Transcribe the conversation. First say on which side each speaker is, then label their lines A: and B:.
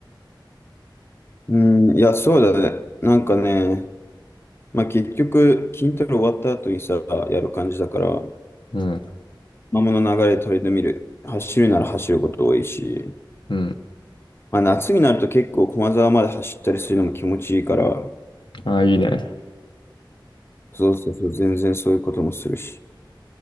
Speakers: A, on the left (about 30°); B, on the left (about 70°).
A: うん、いや、そうだね。なんかね、まあ結局、筋トレ終わった後にさ、やる感じだから、
B: うん、
A: まあ物の流れ取り留める。走るなら走ること多いし、
B: うん。
A: まあ夏になると結構駒沢まで走ったりするのも気持ちいいから、
B: ああ、いいね。
A: そうそうそう、全然そういうこともするし。